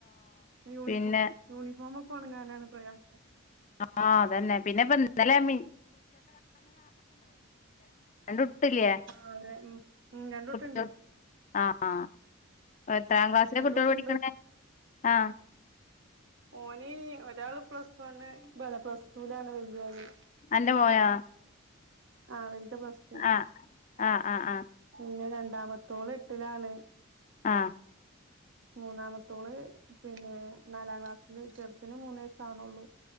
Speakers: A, on the right; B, on the left.
A: യൂണിഫോ
B: പിന്നെ
A: യൂണിഫോമൊക്കെ ഒണങ്ങാനാണ് പ്രയാസം.
B: ആ അതെന്നെ പിന്നെ പ്പൊ ഇന്നലെ <inaudible> ട്ട് ഇല്ലേ
A: ആഹ് അതെ ഉം ഉം രണ്ടൂട്ടണ്ട്
B: കുട്ട്യോൾക് ആ ആ എത്രാം ക്ലാസ്സില
A: രണ്ടൂട്ടണ്ട്
B: കുട്ട്യാള് പഠിക്കണേ ആ
A: ഓൻ ഒരാള് പ്ലസ് വണ്ണ് അല്ല പ്ലസ്ടൂലാണ് വല്യോന്
B: അന്റെ മോനോ
A: ആ വൽത് പ്ലസ് ടൂ
B: ആ ആ ആ ആ
A: പിന്നെ രണ്ട്. രാണ്ടമത്തോള് എട്ടിലാണ്.
B: ആ
A: മൂന്നാമത്തോള് പിന്നെ നാലാം ക്ലാസ്സില് ചെറുതിന് മൂന്നേസാവ്ണേള്ളൂ.